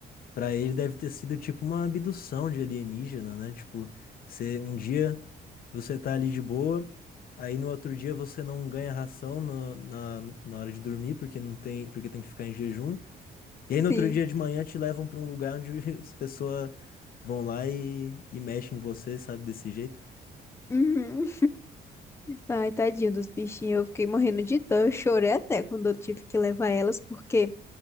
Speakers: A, on the left; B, on the left.
A: pra ele deve ter sido tipo uma abdução de alienígena, né? Tipo, você, um dia você tá ali de boa, aí no outro dia você não ganha ração no- na, na hora de dormir, porque não tem, porque tem que ficar em jejum. E aí
B: Sim.
A: no outro dia de manhã te levam pra um lugar onde <laughs> as pessoas vão lá e, e mexem em você, sabe, desse jeito.
B: Uhum. Ai, tadinho dos bichinhos, eu fiquei morrendo de dó. Eu chorei até quando eu tive que levar elas, porque